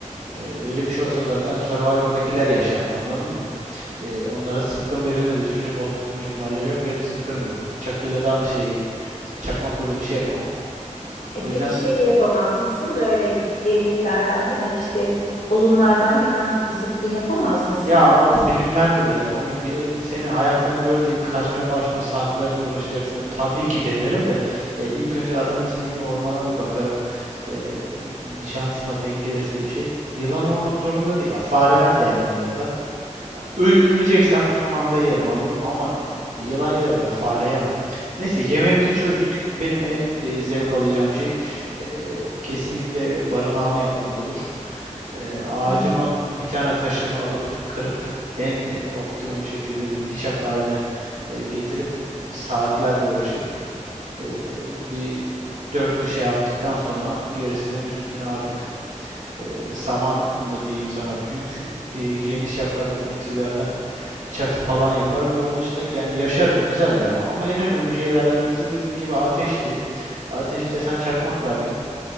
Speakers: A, on the right; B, on the left.
A: Ee, öyle bir şey olsa zaten Survivor'dakiler yaşardı anladın mı? Ee, onlara zıpkın verilmediği sürece balık tutma ihtimalleri yok. Benim zıpkınım yok. Çakıyla da şey çakmakla da bir şey yapamam.
B: E
A: O yüzden
B: peki şeyle yapamaz mısın? Böyle değneklerden falan işte odunlardan falan zıpkın yapamaz mısın?
A: ya o filmlerde biraz onu ge- senin ayaklarını gör deyip kaçmaya başlıyor saatlerce uğraşacaksın. Tabii ki denerim de e, ilk önce adanın içindeki ormana bir bakarım. Ee, şansıma denk gelirse bir şey. Yılan olmak zorunda değil. Ya, fare ben de yemem bu arada. Öl- öleceksem son anda yerim anladın mı? Ama yılan yerim de fare yemem. Neyse yemeğimizi çözdük. Benim en e, zevk alacağım şey e, kesinlikle barınağımı yapmak olur. E, ağacımı
B: Evet.
A: bir tane taşımı alıp kırıp en e, optimum şekilde bir bıçak haline e, getirip saatlerce uğraşıp e, bir dört köşe yaptıktan sonra gerisine üstüne artık e, saman mı diyeyim sana büyük e, geniş yapraklı bitkilerden çatı falan yaparım ve onun içinde yani yaşarım güzel ya. Ama en önemli şeylerden birisi dediğin gibi ateşti. Ateşi de sen çakmak verdin.